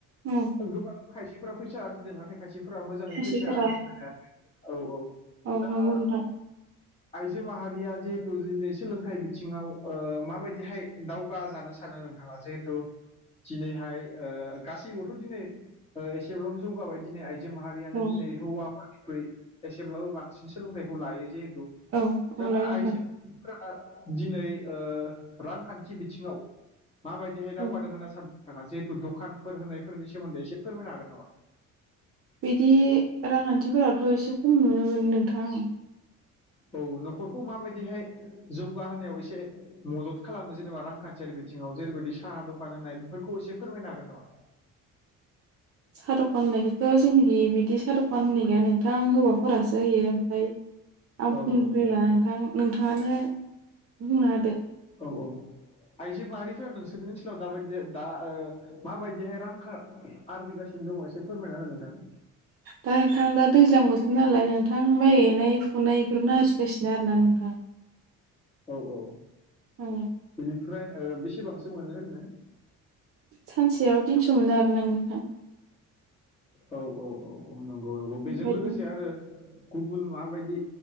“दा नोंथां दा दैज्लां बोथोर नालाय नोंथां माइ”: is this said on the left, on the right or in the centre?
Right